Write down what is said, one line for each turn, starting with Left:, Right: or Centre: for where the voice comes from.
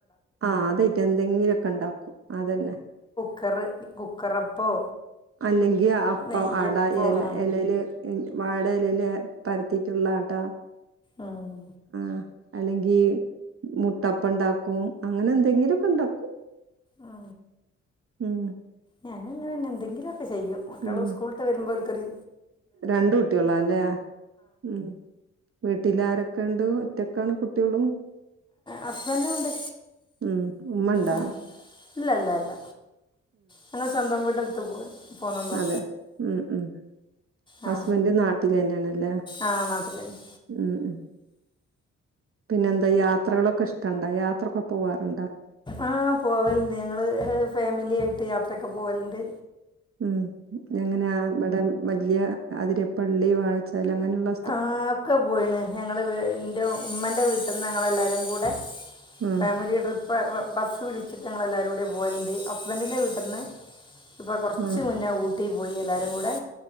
Right: ആ അതായിട്ട് എന്തെങ്കിലൊക്കെ ഇണ്ടാക്കും അതന്നെ
Left: ക്കറ് കുക്കറപ്പോ
Right: അല്ലെങ്കി അപ്പം
Left: നെയ്യപ്പം
Right: അട എല ഏലേല് വാട എലയില് പരത്തിട്ടുള്ള അട
Left: ഉം
Right: ആ അല്ലെങ്കി മുട്ടപ്പണ്ടാക്കും അങ്ങനെന്തെങ്കിലൊക്കെണ്ടാക്കും
Left: ആ
Right: ഉം
Left: ഞാനങ്ങനെന്നെ എന്തെങ്കിലൊക്കെ ചെയ്യും കുട്ട്യാള്
Right: ഉം
Left: സ്കൂൾ ട്ട് വരുമ്പോൽക്കൊര്
Right: രണ്ട് കുട്ടികളാ അല്ലേ ഉം വീട്ടിലാര ക്കെണ്ട് ഒറ്റക്കാണ് കുട്ട്യോളും
Left: ഹസ്ബൻഡും ഉണ്ട്
Right: ഉം ഉമ്മ ണ്ടാ
Left: ആ ഇല്ല ഇല്ല ഇല്ല ഞങ്ങൾ സ്വന്തം വീടെടുത്ത് പോയി പോന്നതാ
Right: അതെ ഉം ഉം
Left: ആ
Right: ഹസ്ബന്റ് നാട്ടിലെന്നേണ് ല്ല
Left: ആ നാട്ടിൽ തന്നെ
Right: ഉം ഉം പിന്നെന്താ യാത്രകളൊക്കെ ഇഷ്ടണ്ടാ യാത്രൊക്കെ പോവാറുണ്ടാ
Left: ആ പോവല്ണ്ട് ഞങ്ങള് ഫാമിലി ആയിട്ട് യാത്രൊക്കെ പോവല്ണ്ട്
Right: ഉം എങ്ങനെ ഇവിടെ വല്ല്യ അതിരപ്പള്ളി വാഴച്ചാൽ അങ്ങനെള്ള
Left: ആ ഒക്കെ പോയീണ് ഞങ്ങടെ ഇന്റെ ഉമ്മൻ്റെ വീട്ടിന്ന് ഞങ്ങളെല്ലാരും കൂടെ
Right: ഉം,
Left: ഫാമിലി ട്രിപ്പ്ബസ്സ് വിളിച്ചിട്ട് ഞങ്ങളെല്ലാരും ടീം പോവല്ണ്ട് ഹസ്ബന്റിന്റെ വീട്ട്ന്ന് ഇപ്പൊ കൊർച്ച്
Right: ഉം.
Left: മുന്നേ ഊട്ടി പോയി എല്ലാരും കൂടെ